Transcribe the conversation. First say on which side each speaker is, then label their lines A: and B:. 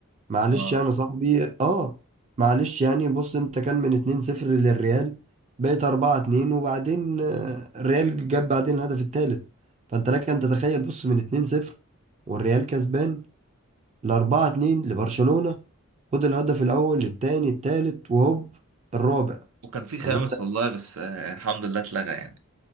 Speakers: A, on the right; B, on the right.
A: معلش
B: اه
A: يعني صاحبي اه معلش يعني بص انت كان من 2-0 للريال بقيت 4-2 وبعدين آه، الريال جاب بعدين الهدف الثالث فانت لك ان تتخيل بص من 2-0 والريال كسبان ل 4-2 لبرشلونة خد الهدف الاول الثاني الثالث وهوب الرابع
B: وكان في خامس
A: طب
B: والله بس آه، الحمد لله اتلغى يعني